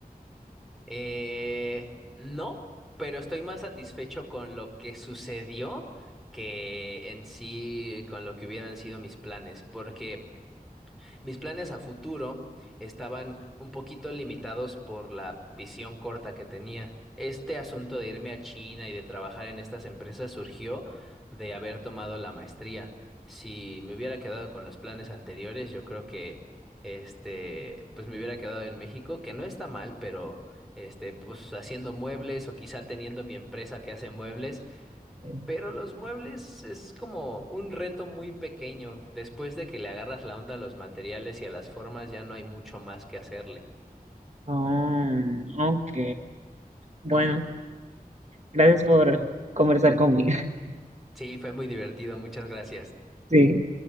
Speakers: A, in the centre; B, on the right.
A: Eh, no, pero estoy más satisfecho con lo que sucedió que en sí con lo que hubieran sido mis planes, porque mis planes a futuro estaban un poquito limitados por la visión corta que tenía. Este asunto de irme a China y de trabajar en estas empresas surgió de haber tomado la maestría. Si me hubiera quedado con los planes anteriores, yo creo que este, pues me hubiera quedado en México, que no está mal, pero este, pues haciendo muebles o quizá teniendo mi empresa que hace muebles
B: Sí.
A: pero los muebles es como un reto muy pequeño. Después de que le agarras la onda a los materiales y a las formas, ya no hay mucho más que hacerle.
B: Ah, ok. Bueno,
A: Ujú.
B: gracias por conversar conmigo. <laughs>
A: Sí, fue muy divertido. Muchas gracias.
B: Sí.